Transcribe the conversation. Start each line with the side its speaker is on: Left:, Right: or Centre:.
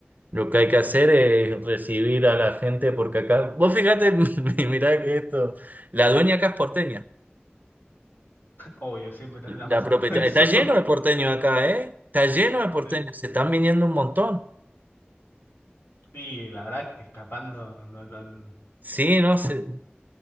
Right: Lo que hay que hacer es recibir a la gente porque acá, vos fíjate, <laughs> mirá que esto, la dueña acá es porteña,
Left: Obvio, siempre termina
Right: la
Left: pasando
Right: propietaria,
Left: <laughs> eso.
Right: está lleno de porteños acá, ¿eh? Está lleno de porteños,
Left: Sí.
Right: se están viniendo un montón.
Left: Y la verdad que escapando, no, no.
Right: Sí, no sé,